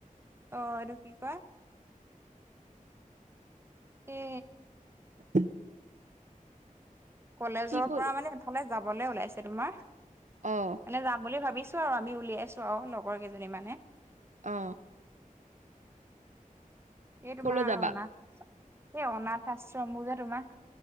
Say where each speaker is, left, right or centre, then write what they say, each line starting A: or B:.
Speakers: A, on the right; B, on the right.
A: অ' এইটো কি কয় এ
B: <unintelligible>
A: কলেজৰ
B: কি কৰিল
A: পৰা মানে এফালে যাবলৈ ওলাইছে তোমাৰ
B: অ
A: মানে যাম বুলি ভাবিছো আৰু আমি উলিয়াইছো আৰু লগৰ কেইজনী মানে।
B: অ
A: এই তোমাৰ
B: কলৈ যাবা?
A: অনাথ আশ্ৰম এই অনাথ আশ্ৰমবোৰ যে তোমাৰ